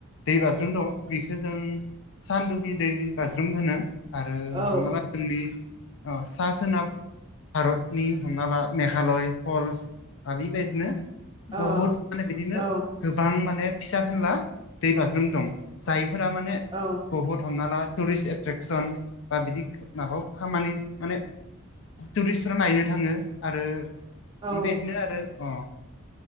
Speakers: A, on the left; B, on the right.
A: दै बाज्रुम दं बेखो जों सानदुबि दै बाज्रुम होनो। आरो
B: औ
A: हमना ला जोंनि अ सा सोनाब भारतनि हमनाला मेघालय फल्स दा बेबायदिनो
B: औ
A: बहुत माने बिनो
B: औ
A: गोबां माने फिसा फेनला दै बाज्रुम दं जायफोरा माने
B: औ।
A: बुहुद हमना ला टुरिस्ट एट्रेकसन बा बिदि माबायाव खामानि माने टुरिस्टफ्रा नायनो थाङो आरो
B: औ
A: बेबायदिनो आरो अ